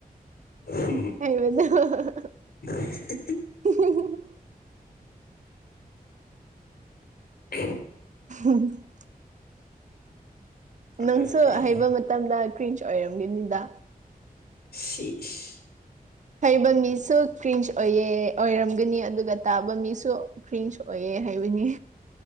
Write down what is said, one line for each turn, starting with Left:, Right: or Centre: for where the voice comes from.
Left: <unintelligible>
Right: <unintelligible>
Left: <unintelligible>
Right: <unintelligible>
Left: <unintelligible>
Right: <unintelligible> ꯅꯪꯁꯨ
Left: ꯑꯩ
Right: ꯍꯩꯕ ꯃꯇꯝꯗ ꯀ꯭ꯔꯤꯟꯖ ꯑꯣꯏꯔꯝꯒꯅꯤꯗ
Left: ꯁꯤ ꯏꯁ
Right: ꯍꯩꯕ ꯃꯤꯁꯨ ꯀ꯭ꯔꯤꯟꯖ ꯑꯣꯏꯌꯦ ꯑꯣꯏꯔꯝꯒꯅꯤ ꯑꯗꯨꯒ ꯇꯥꯕ ꯃꯤꯁꯨ ꯀ꯭ꯔꯤꯟꯖ ꯑꯣꯏꯌꯦ ꯍꯥꯏꯕꯅꯤ